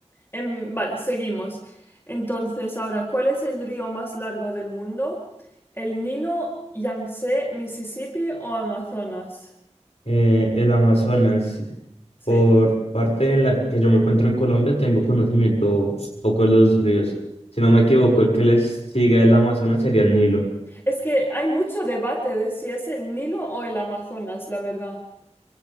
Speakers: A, on the left (about 20°); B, on the left (about 60°).
A: Em, vale, seguimos. Entonces, ahora, ¿cuál es el río más largo del mundo? ¿El Nilo, Yangtze, Mississippi o Amazonas?
B: eh, el Amazonas.
A: Sí.
B: Por parte en la que yo me encuentro en Colombia, tengo conocimiento un poco de los ríos. Si no me equivoco, el que les sigue el Amazonas sería el Nilo.
A: Es que hay mucho debate de si es el Nilo o el Amazonas, la verdad.